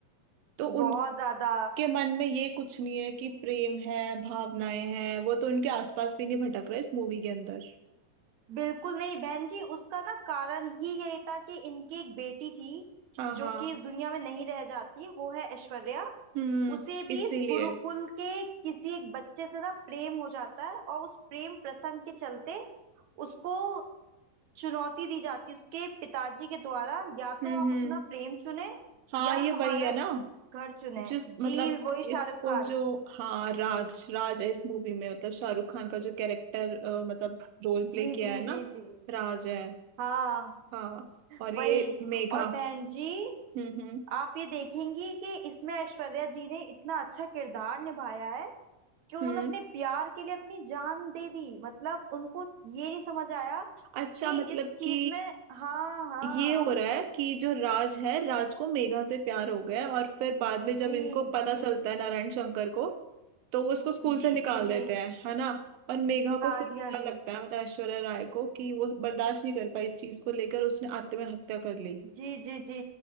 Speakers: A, on the right (about 80°); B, on the right (about 65°).
A: तो उनके
B: बहुत ज्यादा
A: मन में ये कुछ नहीं है कि प्रेम है भावनाएं हैं वो तो उनके आसपास भी नहीं भटक रहा इस मूवी के अंदर
B: बिल्कुल नहीं बहन जी उसका ना कारण ही यही था कि इनकी एक बेटी थी
A: हाँ हाँ
B: जो कि इस दुनिया में नहीं रह जाती वो है ऐश्वर्या
A: हम्म
B: उसे भी
A: इसीलिए
B: इस गुरुकुल के किसी एक बच्चे से ना प्रेम हो जाता है और उस प्रेम प्रसंग के चलते उसको चुनौती दी जाती है उसके पिताजी के द्वारा या
A: हम्म
B: तो आप
A: हम्म
B: अपना प्रेम चुने
A: हाँ
B: या
A: ये वही
B: हमारा
A: है ना
B: घर चुने
A: जिस मतलब
B: जी वही शाहरुख
A: इसको
B: खान
A: जो हाँ राज राज है इस मूवी में मतलब शाहरुख खान का जो कैरेक्टर मतलब रोल प्ले
B: जी
A: किया
B: जी
A: है ना
B: जी जी
A: राज है
B: हाँ
A: हाँ और
B: वही
A: ये मेघा
B: और बहन जी
A: हम्म हम्म
B: आप ये देखेंगी कि इसमें ऐश्वर्या जी ने इतना अच्छा किरदार निभाया है कि उन्होंने
A: हम्म
B: अपने प्यार के लिए अपनी जान दे दी मतलब उनको ये नहीं समझ आया
A: अच्छा
B: कि
A: मतलब
B: इस चीज
A: कि
B: में हाँ हाँ
A: ये हो रहा है कि जो राज है राज को मेघा से प्यार हो गया है और फिर बाद में जब
B: जी
A: इनको पता
B: जी
A: चलता है नारायण शंकर को तो वो उसको स्कूल
B: जी
A: से निकाल
B: जी
A: देते
B: जी
A: हैं है ना और मेघा
B: हाँ
A: को फिर
B: जी
A: बुरा
B: हाँ जी
A: लगता है मतलब ऐश्वर्या राय को कि वो बर्दाश्त नहीं कर पाई इस चीज को लेकर उसने आत्महत्या कर ली
B: जी जी जी